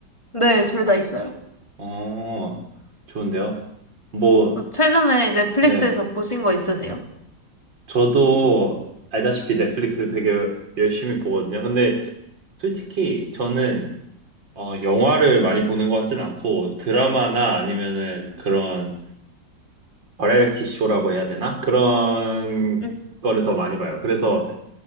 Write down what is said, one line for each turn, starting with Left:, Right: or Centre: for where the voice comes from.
Left: 네, 둘 다 있어요.
Right: 어, 좋은데요? 뭐,
Left: 뭐 최근에 넷플릭스에서
Right: 네.
Left: 보신 거 있으세요?
Right: 저도 알다시피 넷플릭스 되게 열심히 보거든요. 근데 솔직히 저는 어, 영화를 많이 보는 것 같진 않고 드라마나 아니면은 그런 버라이어티 쇼라고 해야 되나? 그런
Left: 음.
Right: 거를 더 많이 봐요. 그래서